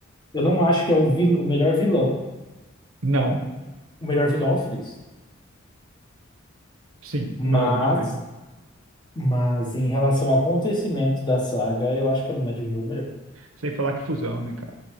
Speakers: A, on the left; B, on the right.
A: Eu não acho que é o, vil, o melhor vilão.
B: Não,
A: O melhor vilão é o Freeza.
B: sim,
A: Mas,
B: o melhor vilão é o Frieza.
A: mas em relação ao acontecimento da saga, eu acho que a do Majin Buu é melhor.
B: Sem falar que fusão, né, cara?